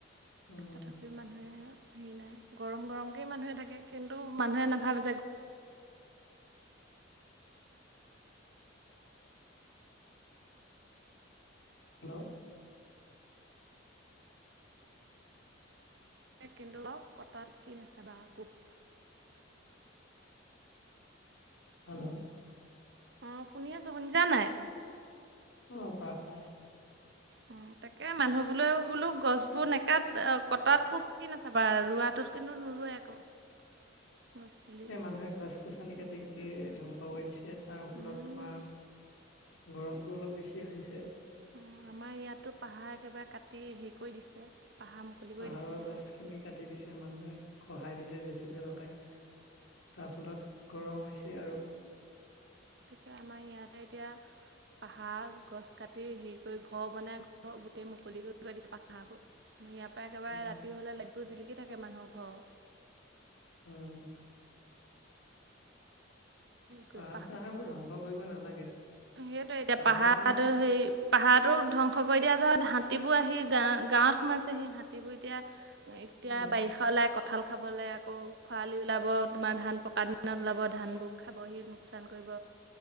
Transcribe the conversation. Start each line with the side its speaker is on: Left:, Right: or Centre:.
Left: উম, উম,
Right: তথাপিও মানুহে হেৰি নাই গৰম গৰমকেই মানুহে থাকে কিন্তু মানুহে নাভাবে যে
Left: হেল্ল'
Right: <unintelligible> কটাত কি নাচাবা আকৌ? <unintelligible>
Left: হেল্ল'?
Right: অ'! শুনি আছোঁ, শুনিছা নাই?
Left: অ'! কোৱা, কোৱা?
Right: অ তাকে, মানুহ বোলে, বোলো গছ বোৰ নেকাট? কটাত কো কি নাচাবা আৰু। ৰোৱাটোত কিন্তু, <unintelligible>
Left: <inaudible>
Right: গছ পুলি
Left: এ, মানুহে গছ গছনি কাটি গোটেই ধ্বংস কৰি দিছে! তাৰ ফলত,
Right: উম
Left: তোমাৰ, গৰমটো অলপ বেছি আহিছে।
Right: অ'! আমাৰ ইয়াতো, পাহাৰ একেবাৰে কাটি শেষ কৰি দিছে! পাহাৰ মুকলি কৰি
Left: পাহাৰৰ
Right: দিছে একেবাৰে
Left: গছখিনি কাটি দিছে মানুহে। খহাই দিছে জে চি পি লগাই। তাৰ ফলত গৰম হৈছে আৰু।
Right: গতিকে, আমাৰ ইয়াতে এতিয়া পাহাৰ গছ কাটি, হেৰি কৰি, ঘৰ বনাই, ঘৰ! গোটেই মুকলি কৰি দিছে পাহাৰবোৰ। ইয়াৰ পৰা একেবাৰে
Left: উম,
Right: ৰাতি হ'লে লাইটবোৰ জিলিকি থাকে মানুহৰ ঘৰ।
Left: উম!
Right: ঘৰৰ
Left: পাহাৰ, চাহাৰবোৰ ধ্বংস কৰিব নালাগে?
Right: সেইটোৱেই এতিয়া,
Left: পাহাৰ
Right: পাহাৰটো
Left: তোমাৰ
Right: হেৰি, পাহাৰটো ধ্বংস কৰি দিয়া <unintelligible> হাতীবোৰ আহি গা, গাঁৱত সোমাইছে। হাতীবোৰ এতিয়া, এতিয়া
Left: উম,
Right: বাৰিষা ওলাই কঁঠাল খাবলৈ আকৌ, খৰালিত ওলাব। তোমাৰ ধান পকা দিনত ওলাব, ধান। <unintelligible> খাবহি লোকচান কৰিব।